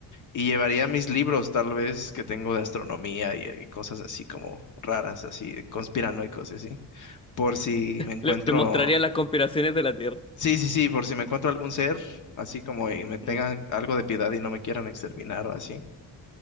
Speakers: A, on the left (about 50°); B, on the left (about 15°).
A: Y llevaría mis libros tal vez que tengo de astronomía y, y cosas así como raras, así conspiranoicos y así. Por si me encuentro,
B: Le, le mostraría las conspiraciones de la Tierra.
A: sí, sí, sí, por si me encuentro algún ser, así como y me tengan
B: Mm,
A: algo de piedad y no me quieran exterminar o así.